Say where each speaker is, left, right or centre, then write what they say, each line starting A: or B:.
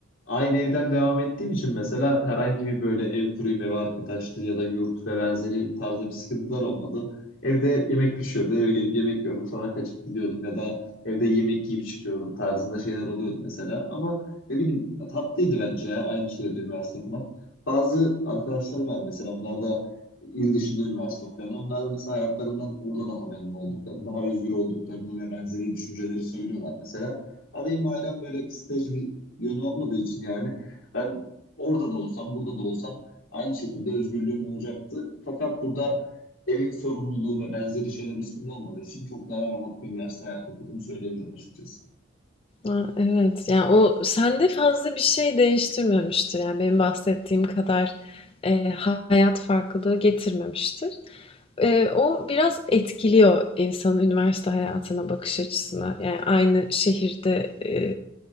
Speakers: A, on the left (about 80°); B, on the left (about 30°).
A: aynı evden devam ettiğim için mesela herhangi bir böyle ev kuruyum, ev arkadaşlığı ya da yurt ve benzeri tarzda bir sıkıntılar olmadı. Evde yemek pişiyordu, eve gelip yemek yiyordum, sonra kaçıp gidiyordum ya da evde yemek yiyip çıkıyordum tarzında şeyler oluyordu mesela. Ama ne bileyim tatlıydı bence ya aynı şehirde üniversite okumak. Bazı arkadaşlarım var mesela onlar da il dışında üniversite okuyan. Onlar da mesela hayatlarından orada daha memnun olduklarını, daha özgür olduklarını ve benzeri düşünceleri söylüyorlar mesela. Ama benim ailem böyle kısıtlayıcı bir yönü olmadığı için yani ben orada da olsam burada da olsam aynı şekilde özgürlüğüm olacaktı. Fakat burada evin sorumluluğu ve benzeri şeyler üstünde olmadığı için çok daha rahat bir üniversite hayatı okuduğumu söyleyebilirim açıkçası.
B: Aa, evet. Yani o sende fazla bir şey değiştirmemiştir. Yani benim bahsettiğim kadar e, hayat farklılığı getirmemiştir. E, o biraz etkiliyor insanın üniversite hayatına bakış açısına. Yani aynı şehirde e,